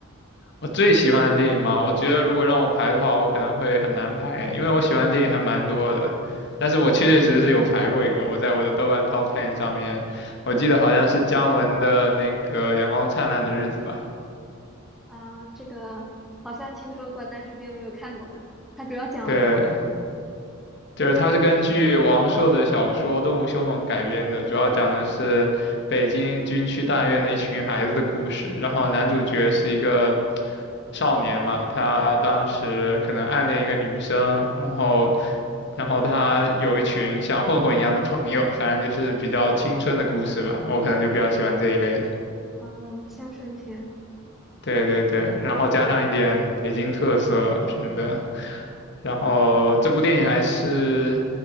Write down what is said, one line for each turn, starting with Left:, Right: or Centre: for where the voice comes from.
Left: 我最喜欢的电影嘛，我觉得如果让我排的话，我可能会很难排，因为我喜欢电影还蛮多的。但是我确确实实有排过一个，我在我的豆瓣 Top Ten 上面，我记得好像是姜文的那个《阳光灿烂的日子》吧。
Centre: 啊、这个好像听说过，但是并没有看过呢。它主要讲了什么呢？
Left: 对，就是它是根据王朔的小说《动物凶猛》改编的，主要讲的是北京军区大院的一群孩子的故事。然后男主角是一个少年嘛，他当时可能暗恋一个女生，然后然后他有一群像混混一样的朋友，反正就是比较青春的故事吧。我可能就比较喜欢这一类的。
Centre: 嗯、青春片。
Left: 对对对，然后加上一点北京特色什么的，然后这部电影还是